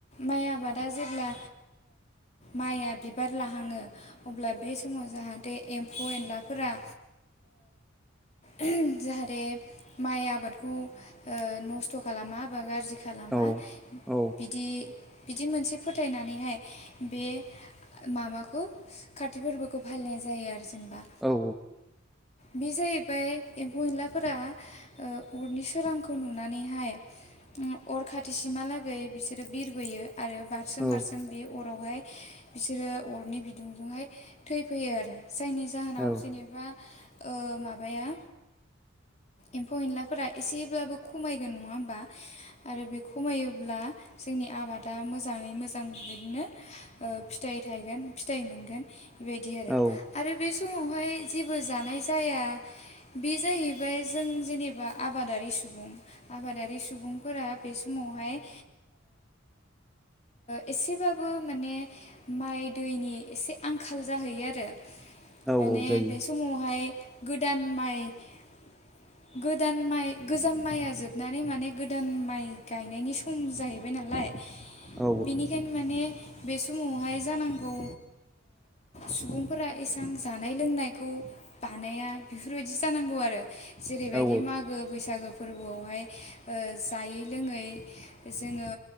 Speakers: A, on the left; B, in the centre.
A: माइ आबादा जेब्ला माइआ बिबार लाहाङो। अब्ला बे समाव जाहाथे एम्फौ एनलाफोरा- जाहाथे माइ आबादखौ नस्थ' खालामा बा गाज्रि- खालामा
B: औ औ
A: बिदि बिदि मोनसे फोथायनानैहाय बे- माबाखौ खाति फोरबोखौ फालिनाय जायो आरो जेनेबा।
B: औ।
A: बे जाहैबाय एम्फौ एनलाफोरा- अरनि सोरांखौ नुनानैहाय- अर खाथिसिमहालागै बिसोरो बिरबोयो आरो बाथ- बारसोम
B: औ
A: बारसोम बे अरावहाय बिसोरो अरनि बिदुंजोंहाय थैफैयो आरो। जायनि जाहोनाव
B: औ
A: जेनेबा ओ माबाया एम्फौ एनलाफोरा एसेब्लाबो खमायगोन नङा होमबा आरो बे खमायोब्ला जोंनि आबादा मोजाङै मोजां बिदिनो फिथाइ थाइगोन फिथाइ मोनगोन। बेबायदि आरो
B: औ
A: आरो बे समावहाय जेबो जानाय जाया बे जाहैबाय- बेफ्राय जों जेनेबा आबादारि सुबुं आबादारि सुबुंफोरा बे समावहाय- एसेबाबो माने- माइ दैनि एसे आंखाल जाहैयो आरो।
B: औ
A: माने
B: जायो
A: बे समावहाय गोदान माइ- गोदान माइ गोजाम माइआ जोबनानै माने गोदान माइ गायनायनि सम जाहैबाय। नालाय।
B: औ
A: एकेन माने बे समावहाय जानांगौ सुबुंफोरा एसे- आं जानाय लोंनायखौ बानाया बेफोरबायदि जानांगौ आरो जेरैबायदि
B: औ
A: मागो बैसागो फोरबोआवहाय जायै लोङै जोङो